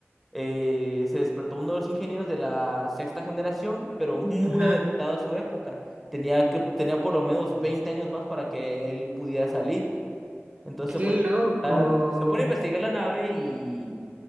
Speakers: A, in the centre; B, on the right.
A: Eh, se despertó uno de los ingenieros de la sexta generación, pero muy
B: Ajá.
A: adelantado a su época. Tenía que, tenía por lo menos 20 años más para que él pudiera salir. Entonces
B: Qué
A: se pone
B: loco.
A: a, se pone a investigar la nave y